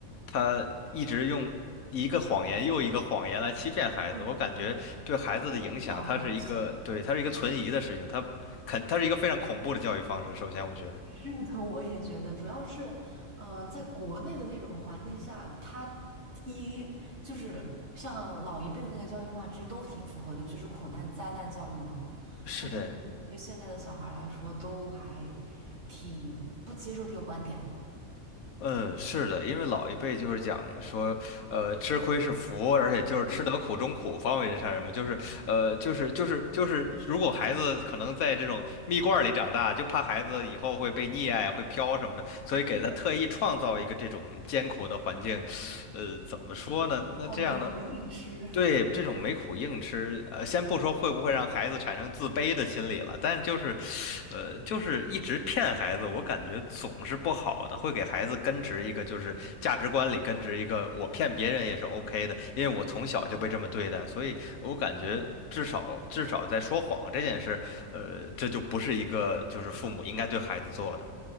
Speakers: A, on the left (about 80°); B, on the right (about 50°).
A: 他一直用一个谎言又一个谎言来欺骗孩子，
B: 对，
A: 我感觉对孩子的影响，
B: 对小孩儿
A: 它是一个，对，它是一个存疑的事情，它。肯，它是一个非常恐怖的教育方式。首先，我觉得
B: 是的，我也觉得，主要是，嗯，在国内的那种环境下，他第一就是像老一辈的那个教育方法，其实都挺符合的，就是苦难灾难教育嘛。
A: 是的，
B: 但是对现在的小孩儿来说，都还挺不接受这个观点的。
A: 嗯，是的，因为老一辈就是讲说，呃，吃亏是福，而且就是吃得苦中苦，
B: 嗯，
A: 方为人上人嘛，就是，呃，就是就是就是，如果孩子可能在这种蜜罐儿里长大，就怕孩子以后会被溺爱、会飘什么的，所以给他特意创造一个这种艰苦的环境，
B: 对，
A: 呃，怎么说呢？
B: 对，
A: 那这样的
B: 叫没苦硬吃。<laughs>
A: 对，这种没苦硬吃，呃，先不说会不会让孩子产生自卑的心理了，但就是，呃，就是一直骗孩子，我感觉总是不好的，会给孩子根植一个就是价值观里根植一个我骗别人也是 OK 的，因为我从小就被这么对待，
B: 是的，
A: 所以我感觉至少至少在说谎这件事，
B: 是的，
A: 呃，这就不是一个就是父母应该对孩子做的。